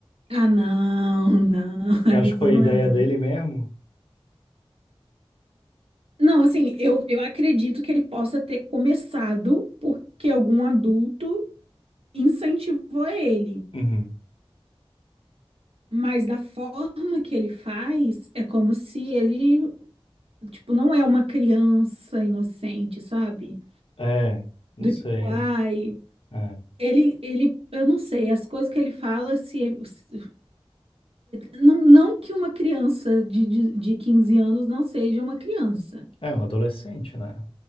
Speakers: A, on the right (about 75°); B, on the left (about 65°).
A: ah, não, não, <laughs> ali
B: eu acho que foi
A: não
B: a ideia
A: é não.
B: dele mesmo?
A: Não, assim, eu, eu acredito que ele possa ter começado porque algum adulto incentivou ele.
B: Uhum.
A: Mas da forma que ele faz, é como se ele Tipo, não é uma criança inocente, sabe?
B: É, não
A: Do
B: sei.
A: tipo, ai.
B: É,
A: Ele, ele, eu não sei, as coisas que ele fala, se, se- não, não que uma criança de, de, de 15 anos não seja uma criança.
B: é um adolescente, né?